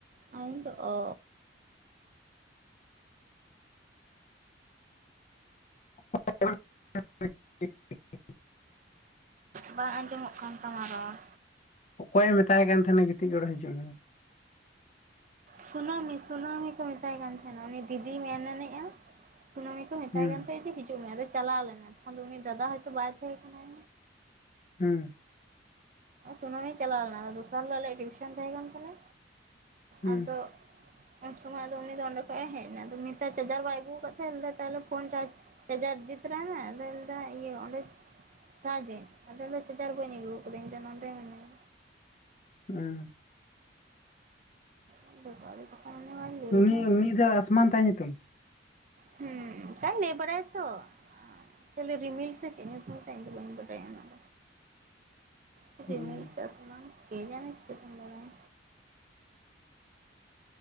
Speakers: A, on the right (about 45°); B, on the left (about 40°).
A: ᱟ ᱤᱧ ᱛᱚ ᱚ
B: <unintelligible>
A: ᱵᱟᱝ ᱟᱸᱡᱚᱢᱚᱜ ᱠᱟᱱ ᱛᱟᱢᱟ ᱨᱚᱲ᱾
B: ᱚᱠᱚᱭᱮ ᱢᱮᱛᱟᱭ ᱠᱟᱱ ᱛᱟᱦᱮᱱᱟ ᱠᱟᱹᱤᱛᱤᱡ ᱜᱚᱲᱚᱜ ᱦᱤᱡᱩᱜ ᱢᱮ?
A: ᱥᱱᱟᱹᱢᱤ ᱥᱩᱱᱟᱹᱢᱤ ᱠᱚ ᱢᱮᱛᱟᱭ ᱠᱟᱱ ᱛᱟᱦᱮᱱᱟ ᱩᱱᱤ ᱫᱤᱫᱤᱭ ᱢᱮᱱ ᱟᱱᱮᱜᱼᱟ ᱥᱱᱟᱹᱢᱤ ᱠᱚ ᱢᱮᱛᱟᱭ
B: ᱦᱩᱸ
A: ᱠᱟᱱ ᱛᱟᱦᱮᱸᱜ ᱡᱮ ᱦᱤᱡᱩᱜ ᱢᱮ ᱟᱫᱚ ᱪᱟᱞᱟᱣ ᱞᱮᱱᱟ, ᱛᱚᱠᱷᱚᱱ ᱩᱱᱤ ᱫᱟᱫᱟ ᱦᱚᱭᱛᱳ ᱵᱟᱭ ᱛᱟᱦᱮᱸ ᱠᱟᱱᱟᱭ᱾
B: ᱦᱩᱸ
A: ᱥᱩᱱᱟᱹᱢᱤᱭ ᱪᱟᱞᱟᱣ ᱞᱮᱱᱟ ᱟᱫᱚ ᱫᱚᱥᱟᱨ ᱦᱤᱞᱳᱜ ᱟᱞᱮᱭᱟᱜ ᱴᱤᱭᱩᱥᱚᱱ ᱛᱟᱦᱮᱸ ᱠᱟᱱ ᱛᱟᱞᱮ᱾
B: ᱦᱩᱸ
A: ᱟᱫᱚ ᱩᱱ ᱥᱚᱢᱚᱭ ᱟᱫᱚ ᱩᱱᱤ ᱫᱚ ᱚᱸᱰᱮ ᱠᱷᱚᱱᱚᱡ ᱮ ᱦᱮᱡ ᱮᱱᱟ ᱟᱫᱚ ᱱᱤᱛᱟ ᱪᱟᱨᱡᱟᱨ ᱵᱟᱭ ᱟᱹᱜᱩᱣᱟ ᱟᱠᱟᱫ ᱛᱟᱦᱮᱸ ᱛᱟᱦᱚᱞᱮ ᱯᱷᱳᱱ ᱪᱟᱨᱡᱽ ᱪᱟᱡᱟᱨ ᱤᱫᱤ ᱛᱟᱨᱟᱭ ᱢᱮ ᱟᱫᱚᱭ ᱢᱮᱱᱫᱟ ᱤᱭᱟᱹ ᱚᱸᱰᱮ ᱪᱟᱡᱤᱝ ᱟᱫᱚ ᱢᱮᱫᱟᱭ ᱪᱟᱡᱟᱨ ᱵᱟᱹᱧ ᱟᱹᱜᱩ ᱟᱠᱟᱫᱟ ᱤᱧ ᱫᱚ ᱱᱚᱸᱰᱮ ᱢᱮᱱᱟᱧᱟᱹ
B: ᱦᱮᱸ
A: ᱟᱫᱚ <unintelligible> ᱢᱟᱭ ᱞᱟᱹᱭᱫᱟ
B: ᱩᱱᱤ ᱩᱱᱤ ᱫᱚ ᱟᱥᱢᱟᱱ ᱛᱟᱭ ᱧᱩᱛᱩᱢ?
A: ᱦᱩᱸ ᱚᱸᱠᱟᱭ ᱞᱮᱵᱟᱨᱟᱭ ᱛᱚ ᱪᱤᱞᱤ ᱨᱤᱢᱤᱞ ᱥᱮ ᱪᱮᱫ ᱧᱩᱛᱩᱢ ᱛᱟᱭ ᱤᱧ ᱫᱚ ᱵᱟᱹᱧ ᱵᱟᱰᱟᱭᱟ ᱩᱱᱟᱹᱜ ᱫᱚ
B: ᱦᱩᱸ
A: ᱨᱤᱢᱤᱞ ᱥᱮ ᱟᱥᱢᱟᱱ ᱠᱮ ᱡᱟᱱᱮ ᱪᱤᱠᱟᱹᱛᱮᱢ ᱵᱟᱲᱟᱭᱟ᱾